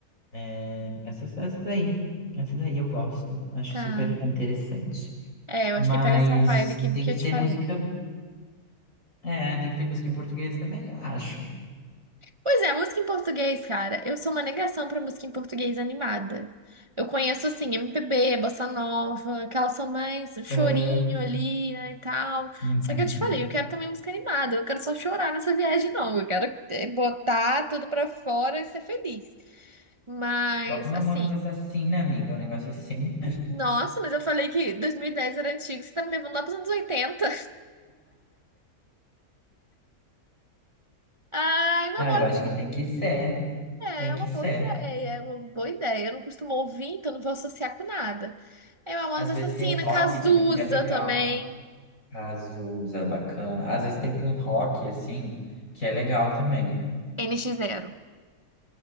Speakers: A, on the left; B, on the right.
A: É, essas, essas aí. Essas aí eu gosto. Acho
B: Tá.
A: super interessante.
B: É, eu
A: Mas
B: acho que pega essa vibe que,
A: tem
B: que
A: que
B: eu
A: ter
B: te falei.
A: música. É, tem que ter música em português também, eu acho.
B: Pois é, música em português, cara. Eu sou uma negação pra música em português animada. Eu conheço, assim, MPB, bossa nova, que elas são mais um chorinho
A: É,
B: ali, né, e tal.
A: Uhum.
B: Só que eu te falei, eu quero também música animada. Eu não quero só chorar nessa viagem, não. Eu quero eh, botar tudo pra fora e ser feliz. Mas,
A: Bota uma
B: assim,
A: Mamonas Assassina, amiga, um negócio é assim.
B: nossa, mas eu falei que 2010 era antigo. Você tá me levando lá pros anos 80. <laughs> Ai, meu
A: Ah,
B: amor,
A: eu acho que tem que ser,
B: É
A: tem
B: é
A: que
B: uma
A: ser.
B: boa ideia, é uma boa ideia. Eu não costumo ouvir, então não vou associar com nada. É uma
A: Às
B: Amante
A: vezes
B: Assassina,
A: tem um rock
B: Cazuza
A: também que é legal.
B: também.
A: Azusa, bacana. Às vezes tem um rock, assim, que é legal também.
B: N x Zero.